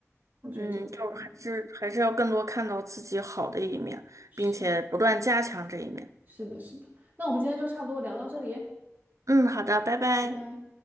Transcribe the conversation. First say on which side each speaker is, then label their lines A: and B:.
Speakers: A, on the right; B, on the right.
A: 我觉得就会很好。
B: 嗯，就是还是还是要更多看到自己好的一面，
A: 是的，
B: 并且不断加强这一面。
A: 是的，是的。那我们今天就差不多聊到这里，
B: 嗯，好的，拜拜。
A: 拜拜。